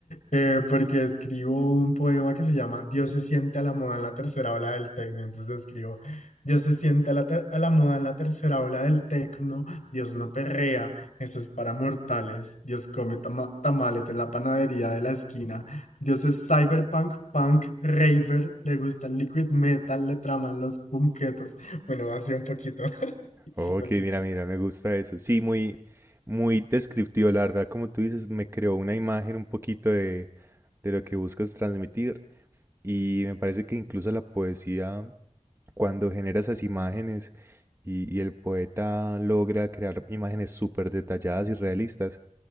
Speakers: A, on the left; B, on the right.
A: eh, porque escribo un poema que se llama Dios se sienta a la moda en la tercera ola del tecno. Entonces escribo, Dios se sienta a la, ter- a la moda en la tercera ola del tecno, Dios no perrea, eso es para mortales, Dios come tama- tamales en la panadería de la esquina. Dios es cyberpunk, punk, raver, le gusta el liquid metal, le traman los punquetos. Bueno, así un poquito. <laughs> Súper
B: Ok, mira, mira, me gusta eso. Sí, muy, muy descriptivo, la verdad. Como tú dices, me creó una imagen un poquito de, de lo que buscas transmitir. Y me parece que incluso la poesía, cuando genera esas imágenes y, y el poeta logra crear imágenes súper detalladas y realistas,